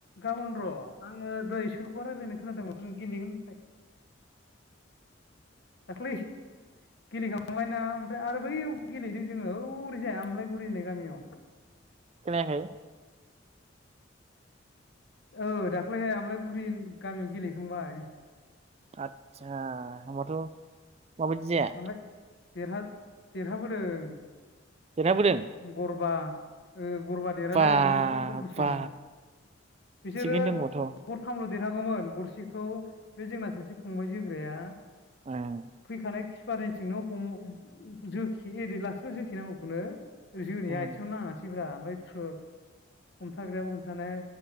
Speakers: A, on the left; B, on the right.
A: गाबोन र' आङो दहाय सोरखौबा रायज्लायनाय खोनादोंमोन नों गेलेगोनहोननाय। दाक्लै। गेलेखांबायना ओमफ्राय आरो बैयाव गेलेदों जोङो औरैजाय आमलायगुरि होननाय गामियाव।
B: खोनायाखै।
A: औ दाख्लैहाय आमलायगुरि गामियाव गेलेखांबाय।
B: आदसा होमबाथ'। माबायदि जाया
A: ओमफ्राय देरहा देरहाबोदों।
B: देरहाबोदों
A: गरबा ओ गरबा देरहादों
B: बा
A: ओमफ्राय बिसोर गरब्रै सोदों
B: बा
A: बिसोरो
B: थिगैनो दंबाथ'
A: गरथामल? देरहागौमोन गरसेखौ बे जोंना सासे फंबाय जोग्राया
B: ओं
A: फैखानाय खि पारनिथिंनो हम जोखे एरै लासैनो जोखिनांगौखौनो। जोनाया
B: ओं
A: आथिंयाव नाङासैब्रा ओमफ्राय थ्रोब हमथाग्रायाबो हमथानाया